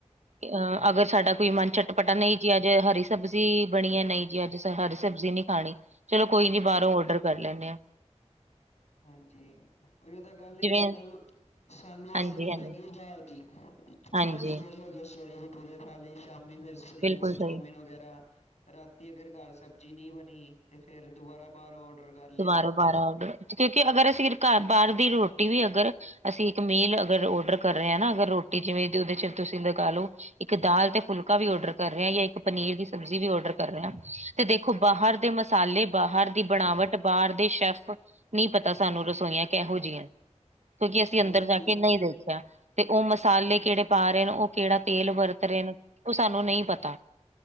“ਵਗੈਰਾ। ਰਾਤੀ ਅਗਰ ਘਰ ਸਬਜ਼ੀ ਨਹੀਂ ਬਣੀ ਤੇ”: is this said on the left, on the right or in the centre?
Left